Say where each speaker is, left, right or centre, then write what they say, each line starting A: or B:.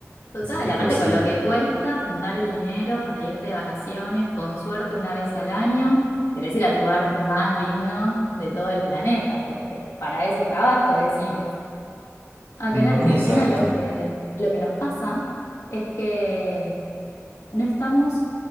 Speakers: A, on the left; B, on the right.
A: Total,
B: Así que
A: y aparte
B: pues sí,
A: con lo que cuesta juntar el dinero para irte de vacaciones, con suerte una vez al año, querés ir al lugar más lindo de todo el planeta, porque para eso trabajo, decimos. Acá
B: Ujú,
A: en Argentina
B: exacto,
A: lo que, lo que nos pasa es que no estamos